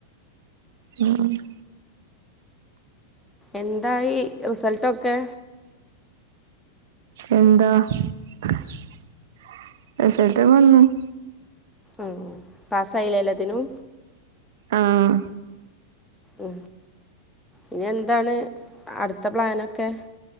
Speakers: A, on the right; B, in the centre.
A: ഉ <inaudible>
B: എന്തായി റിസൾട്ടൊക്കെ
A: എന്താറിസൽട്ട് വന്നു <unintelligible>
B: ആ പാസയിലെ എല്ലാത്തിനും
A: ആഹ
B: ഉ ഇനി എന്താണ് അടുത്ത പ്ലാനൊക്കെ